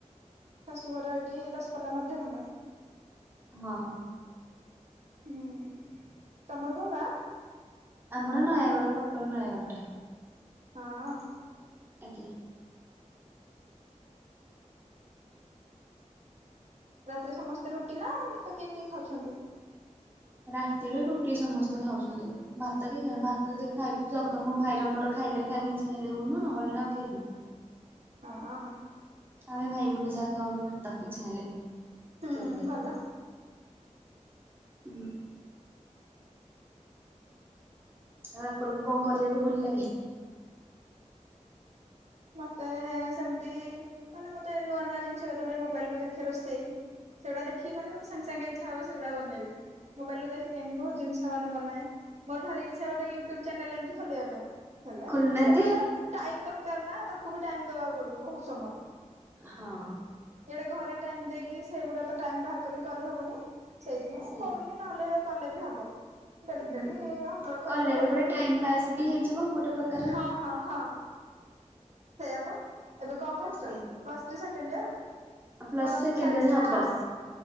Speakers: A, on the right; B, on the right.
A: ଶାଶୁଘର ଏଠି ଦଶପଲ୍ଲା ମଧ୍ୟ ଖଣ୍ଡ।
B: ହଁ।
A: ହୁଁ ତମର କୋଉ ଗାଁ।
B: ଆମର ନୟାଗଡ଼ ପ୍ରପର୍ ନୟାଗଡ଼ ଟା।
A: ହଁ।
B: ଆଜ୍ଞା।
A: ରାତିରେ ସମସ୍ତେ ରୁଟି ନା ଭାତ କିଏ କିଏ ଖାଉଛନ୍ତି।
B: ରାତିରେ ରୁଟି ସମସ୍ତେ ଖାଉଛନ୍ତି। ଭାତ କେହି ଖାଇବୁନୁ ଭାତ ଯଦି ଖାଇବୁ ଜଗା ମୋ ଭାଇ ମୋର ଖାଇଲେ ଖାଇବୁ ଇଛା ହେଲେ ଯୋଉଦିନ ନହଲେ ନା ଆଉ କେହି ନୁହଁ।
A: ହଁ।
B: ଆମେ ଭାଇ ଭଉଣୀ ଯାହା ଖାଉରୁ ଭାତ ଇଚ୍ଛା ହେଲେ
A: ହୁଁ
B: କେବେ କେବେ।
A: ଭଲ।
B: ହୁଁ। ଆଉ ଆପଣଙ୍କୁ କଣ କରିବାକୁ ଭଲ ଲାଗେ।
A: ମତେ ସେମିତି ମାନେ ମତେ ନୂଆ ନୂଆ ଜିନିଷ କେତେବେଳେ ମୋବାଇଲୁ ଦେଖି ରୋଷେଇ। ସେଗୁଡା ଦେଖି ମାନେ ମତେ ସାଙ୍ଗେ ସାଙ୍ଗେ ଇଚ୍ଛା ହବ ସେଗୁଡା ବନେଇବି ମୋବାଇଲ୍ ରୁ ଦେଖିକି ଏମିତି ବହୁତ୍ ଜିନିଷ। ମାନେ ବନାଏ ମୋର ଭାରି ଇଛା ଗୋଟେ ୟୁଟ୍ୟୁବ୍ ଚ୍ୟାନେଲ୍ ଏମିତି ଖୋଲିବା ପାଇଁ। ହେଲେ
B: ଖୋଲୁନାହାନ୍ତି
A: ସେଗୁଡା ଟାଇମ୍ ଦରକାର ନା ତାକୁ ବି ଟାଇମ୍ ଦବାକୁ ପଡିବ ବହୁତ୍ ସମୟ।
B: ହଁ।
A: ଏଡ଼େ ଘରେ ଟାଇମ୍ ଦେଇକି ସେଇଗୁଡ଼ା ତ ଟାଇମ୍ ବାହାର କରିକି କରିହବନି ସେଇଥିପାଇଁ
B: ସେଇଆ
A: କରୁନି। ନହେଲେ, କଲେ ବି ହବ। ଡେଲି
B: ହୁଁ।
A: ଡେଲି ଅପଲୋଡ କରିବାକୁ
B: କଲେ
A: ପଡିବ
B: ବି ଗୋଟେ
A: ଭିଡି,
B: ଟାଇମ ପାସ୍ ବି ହେଇଯିବ ଗୋଟେ ପ୍ରକାର
A: ହଁ ହଁ ହଁ। ସେଇଆ ବା। ଏବେ କଣ ପଢୁଛ,
B: ସେ
A: plus three second year?
B: Plus
A: plus
B: second
A: two science
B: year ହବ
A: ନା ଆର୍ଟସ?